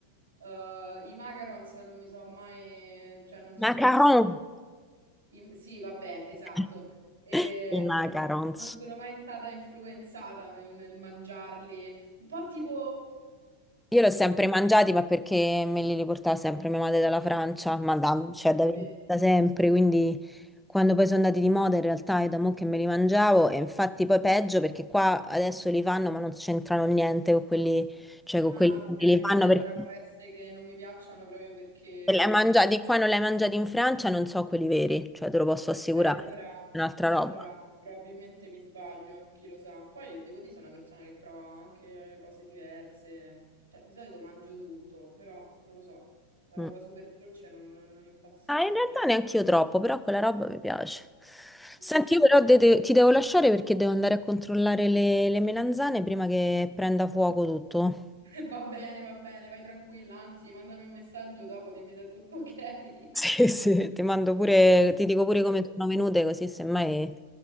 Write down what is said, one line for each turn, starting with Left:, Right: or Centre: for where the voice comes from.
Right: eh, i macarons non mi sono mai, cioè non sono
Centre: Macaron!
Right: mai stati Im- sì, vabbè, esatto.
Centre: <laughs>
Right: E,
Centre: I macarons.
Right: ehm, non sono mai stata influenzata nel, nel mangiarli. Un po' tipo...
Centre: Io li ho sempre mangiati, ma perché me li riportava sempre mia madre dalla Francia, ma da, cioè
Right: Ah,
Centre: da,
Right: vedi.
Centre: da sempre, quindi quando poi sono andati di moda in realtà è da mo' che me li mangiavo e infatti poi peggio perché qua adesso li fanno ma non c'entrano niente con quelli, cioè con
Right: Ah,
Centre: quelli
Right: ok,
Centre: che li fanno
Right: quindi allora
Centre: perché
Right: può essere che non mi piacciono proprio perché...
Centre: se li hai mangiati qua non li hai mangiati in Francia, non so quelli veri, cioè te lo posso assicurare,
Right: Ok, allora,
Centre: è un'altra
Right: allora
Centre: roba.
Right: probabilmente mi sbaglio, chi lo sa. Poi io devo dire, sono una persona che prova anche cose diverse. Cioè, di solito mangio tutto, però non lo so. La
Centre: Mm.
Right: roba super dolce non, non- non impazzisco.
Centre: Ah, in realtà neanche io troppo, però quella roba mi piace.
Right: Mm.
Centre: Senti, io però de- de- ti devo lasciare perché devo andare a controllare le, le melanzane prima che prenda fuoco tutto.
Right: <laughs> Va bene, va bene, vai tranquilla, anzi, mandami un messaggio dopo, dimmi se è tutto ok.
Centre: <laughs> Sì, sì, ti mando pure, ti dico pure
Right: <laughs>
Centre: come sono venute, così semmai...